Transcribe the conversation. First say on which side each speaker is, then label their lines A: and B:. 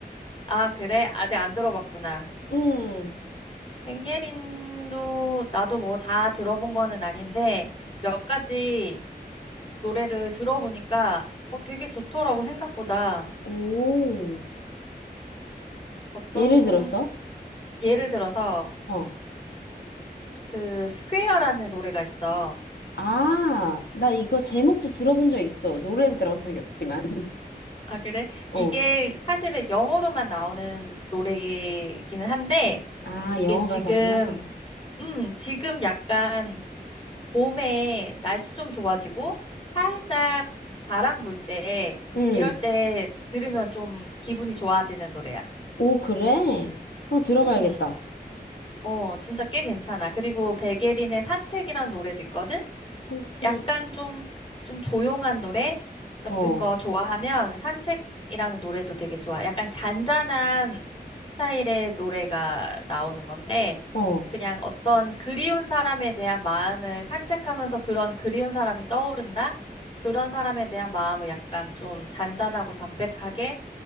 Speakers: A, on the left; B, on the left.
A: 아, 그래? 아직 안 들어봤구나.
B: 음,
A: 백예린도 나도 뭐 다 들어본 거는 아닌데 몇 가지 노래를 들어보니까 어, 되게 좋더라고 생각보다.
B: 오.
A: 어떤
B: 예를 들어서?
A: 예를 들어서
B: 어.
A: 그 스퀘어라는 노래가 있어.
B: 아, 나 이거 제목도 들어본 적 있어. 노래는 들어본 적이 없지만. <laughs>
A: 아, 그래?
B: 어.
A: 이게 사실은 영어로만 나오는 노래이기는 한데
B: 아,
A: 이게
B: 영어
A: 지금
B: 가사구나.
A: 음, 지금 약간 봄에 날씨 좀 좋아지고 살짝 바람 불 때,
B: 음.
A: 이럴 때 들으면 좀 기분이 좋아지는 노래야.
B: 오, 그래? 그럼 들어봐야겠다.
A: 음, 어, 진짜 꽤 괜찮아. 그리고 백예린의 산책이라는 노래도 있거든?
B: 산책,
A: 약간 좀, 좀 조용한 노래 같은
B: 어,
A: 거 좋아하면 산책이라는 노래도 되게 좋아. 약간 잔잔한 스타일의 노래가 나오는 건데,
B: 어.
A: 그냥 어떤 그리운 사람에 대한 마음을 산책하면서 그런 그리운 사람이 떠오른다? 그런 사람에 대한 마음을 약간 좀 잔잔하고 담백하게